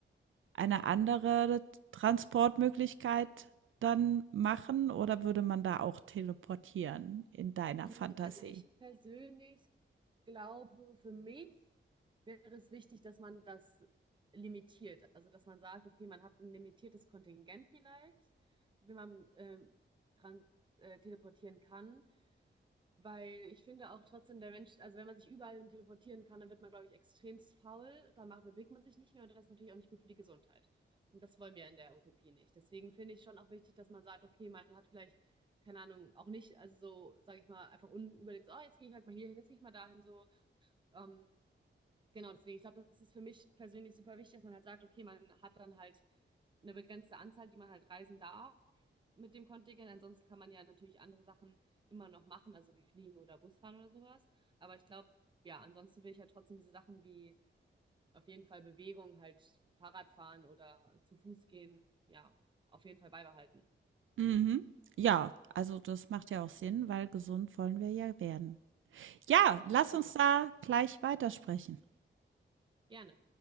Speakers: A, on the right (about 85°); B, on the right (about 25°).
A: eine andere Transportmöglichkeit dann machen oder würde man da auch teleportieren in deiner
B: Mm,
A: Fantasie?
B: Also ich persönlich glaube, für mich wäre es wichtig, dass man das limitiert. Also dass man sagt, okay, man hat ein limitiertes Kontingent vielleicht, wie man ähm, dran äh, teleportieren kann. Weil ich finde auch trotzdem, der Mensch, also wenn man sich überall hin teleportieren kann, dann wird man, glaube ich, extremst faul, dann macht, bewegt man sich nicht mehr und das ist natürlich auch nicht gut für die Gesundheit. Und das wollen wir in der Utopie nicht. Deswegen finde ich schon auch wichtig, dass man sagt, okay, man hat vielleicht, keine Ahnung, auch nicht, also so, sage ich mal, einfach unüberlegt, so, oh, jetzt gehe ich halt mal hierhin, jetzt gehe ich mal dahin, so. Ähm, genau, deswegen, ich glaube, das ist für mich persönlich super wichtig, dass man halt sagt, okay, man hat dann halt eine begrenzte Anzahl, die man halt reisen darf mit dem Kontingent. Ansonsten kann man ja natürlich andere Sachen immer noch machen, also wie fliegen oder Busfahren oder sowas. Aber ich glaube, ja, ansonsten will ich halt trotzdem diese Sachen wie auf jeden Fall Bewegung, halt Fahrradfahren oder zu Fuß gehen, ja, auf jeden Fall beibehalten.
A: Mhm. Ja, also das macht ja auch Sinn, weil gesund wollen wir ja werden. Ja, lass
B: Genau.
A: uns da gleich weitersprechen.
B: Gerne.